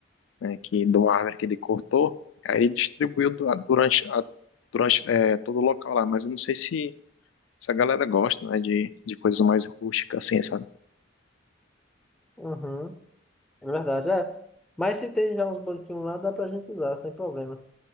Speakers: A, on the left (about 85°); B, in the centre.
A: né, que de uma árvore que ele cortou, aí ele distribuiu du- durante, a- durante é, todo o local lá, mas eu não sei se, se a galera gosta, né, de, de coisas mais rústicas assim, sabe?
B: Uhum, é verdade, é. Mas se tem já uns banquinhos lá, dá pra gente usar, sem problema.